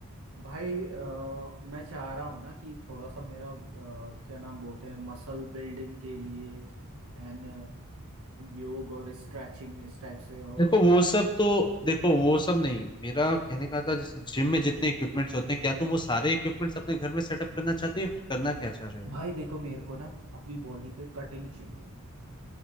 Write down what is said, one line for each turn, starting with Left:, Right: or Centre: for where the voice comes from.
Right: भाई अ, मैं चाह रहा हूँ ना कि थोड़ा सा मेरा अ, क्या नाम बोलते हैं मसल बिल्डिंग के लिए एंड योग और स्ट्रेचिंग इस टाइप से और
Left: देखो
Right: अ,
Left: वो सब तो देखो वो सब नहीं मेरा कहने का था जैसे जिम में जितने इक्विपमेंट्स होते हैं क्या तुम वो सारे इक्विपमेंट्स अपने घर में सेटअप करना चाहते हो या फिर करना क्या चाह रहे हो
Right: भाई देखो मेरे को ना अपनी बॉडी पे कटिंग चाहिए